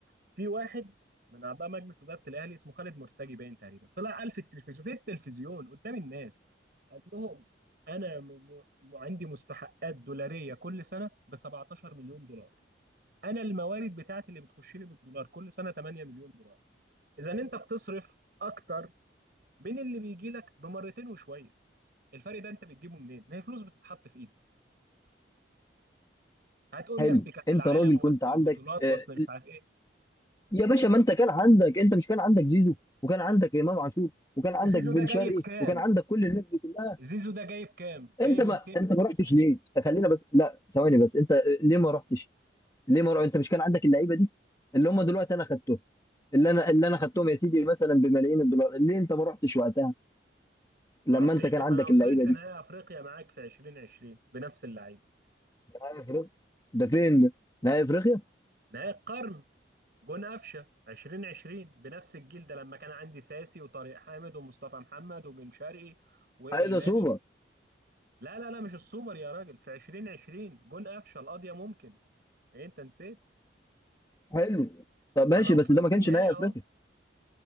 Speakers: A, on the right; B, on the left.
A: في واحد من اعضاء مجلس اداره الاهلي اسمه خالد مرتجي باين تقريبا طلع قال في التلفزيون في التلفزيون قدام الناس قال لهم انا م- م- عندي مستحقات دولاريه كل سنه ب 17 مليون دولار انا الموارد بتاعتي اللي بتخش لي بالدولار كل سنه 8 مليون دولار اذا انت بتصرف اكتر من اللي بيجي لك بمرتين وشويه الفرق ده انت بتجيبه منين ما هي فلوس بتتحط في ايدك هتقول
B: حلو
A: لي اصل كاس
B: انت
A: العالم
B: راجل كنت
A: واصل
B: عندك
A: البطولات
B: آه،
A: واصل مش عارف ايه
B: يا باشا ما انت كان عندك انت مش كان عندك زيزو وكان عندك امام عاشور وكان عندك
A: زيزو
B: بن
A: ده
B: شرقي
A: جايب كام
B: وكان عندك كل الناس دي كلها
A: زيزو ده جايب كام جايب
B: انت ما
A: 200
B: انت ما رحتش ليه؟ خلينا بس لا ثواني بس انت ليه ما رحتش؟ ليه ما رحتش؟ انت مش كان عندك اللعيبه دي اللي هم دلوقتي انا خدتهم اللي انا اللي انا خدتهم يا سيدي مثلا بملايين الدولار ليه انت ما رحتش وقتها لما
A: ما رحتش
B: انت كان
A: فين
B: عندك
A: ما انا وصلت
B: اللعيبه دي؟
A: نهائي افريقيا معاك في 2020 بنفس اللعيبه
B: نهائي افريقيا ده فين ده؟ نهائي افريقيا؟
A: نهائي القرن جون قفشه 2020 بنفس الجيل ده لما كان عندي ساسي وطارق حامد ومصطفى محمد وبن شرقي وامام
B: ايه ده سوبر
A: لا لا لا مش السوبر يا راجل في 2020 جون قفشه القضيه ممكن ايه انت نسيت
B: حلو طب
A: ما
B: ماشي
A: انا وصلت
B: بس ده ما كانش
A: نهائي
B: نهائي
A: اهو
B: افريقيا